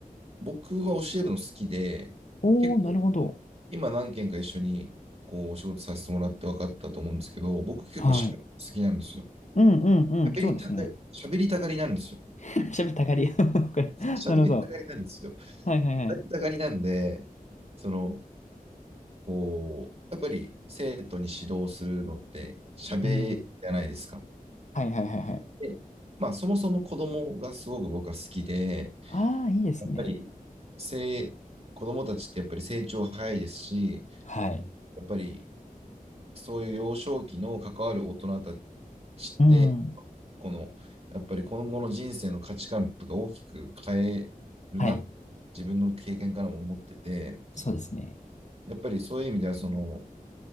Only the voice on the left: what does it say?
おー、
なるほど。
はい。うんうんうん。
そうですね。
<laughs> 喋ったがり。<laughs> わかるなるほど。
はいはいはい。
うん。はいはいはいはい。
ああ、いいですね。
はい。
うん。
はい。
そうですね。